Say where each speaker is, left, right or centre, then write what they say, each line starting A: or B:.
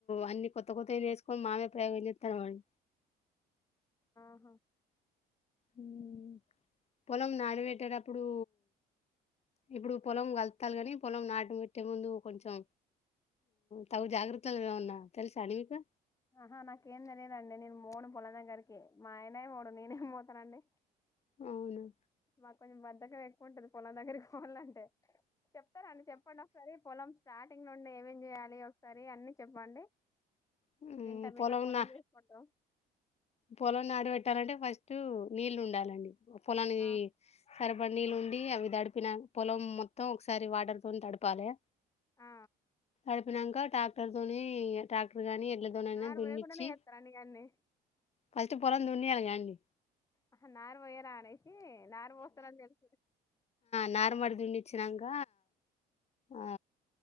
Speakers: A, on the left (about 40°); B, on the left (about 20°).
A: అన్ని కొత్త కొత్తవి నేర్చ పో మా మీద ప్రయోగం చెత్తన్నావ్ అన్
B: అవు
A: మ్మ్ పొలం నాడిబెట్టేటప్పుడు ఇప్పుడు పొలం కలుత్తల్లు కాని పొలం నాటు పెట్టే ముందు కొంచెం తగు జాగ్రత్తలు ఏమన్నా తెలుసా అని మీకు
B: ఆహా నాకేం తెలియదడి నేను పోను పొలం దగ్గరికి మా ఆయనే పోడు నేనేం పోతానండి
A: అవున
B: మాకు కొంచెం బద్దకం ఎక్కువ ఉంటది పొలం దగ్గరికి పోలంటే చెప్తారండి చెప్పన ఒకసారి పొలం స్టార్టింగ్ నుండి ఏమేం చేయాలి ఒకసారి అన్ని చెప్పండి
A: హ్మ్.
B: వింటా మేము ఇంగ పొలం
A: నా
B: చేసుకుంటాం
A: పొలం నాటి పెట్టాలంటే ఫస్ట్ నీళ్లు ఉండాలండి పొలానివీ
B: ఆ
A: సరిపడి నీళ్ళు ఉండి అవి తడిపిన పొలం మొత్తం ఒకసరి వాటర్ తో తడపాలే
B: ఆ
A: చెప్పినాక టక్టర్ తోని టక్టర్ గాని ఎడ్లతోనైనా
B: నాలు
A: దున్నిచ్చి
B: వయకునే ఇస్తరా నీ అన్నీ
A: ఫస్ట్ పొలం దున్నియాలాగా అండి
B: ఆహ నార్ పోయ రానేసి నారు పోస్తారని తెలుసు
A: నార్మడి దుచ్చినంక ఆ